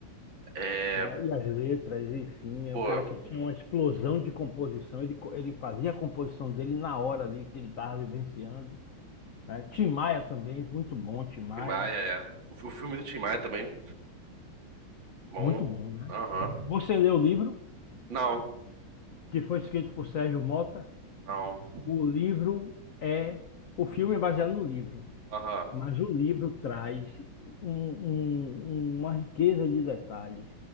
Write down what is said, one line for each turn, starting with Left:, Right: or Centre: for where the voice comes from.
Right: É,
Left: né? E as letras, enfim, é
Right: pô,
Left: um cara que tinha uma explosão de composição, ele, co- ele fazia a composição dele na hora ali que ele estava vivenciando, né? Tim Maia também, muito bom, Tim Maia,
Right: Tim Maia, é. O, fi- o filme do Tim Maia também Bom.
Left: muito bom, né?
Right: Aham.
Left: Você leu o livro,
Right: Não.
Left: que foi escrito por Sérgio Mota,
Right: Não.
Left: o livro é, o filme é baseado no livro,
Right: Aham.
Left: mas o livro traz um- um- uma riqueza de detalhes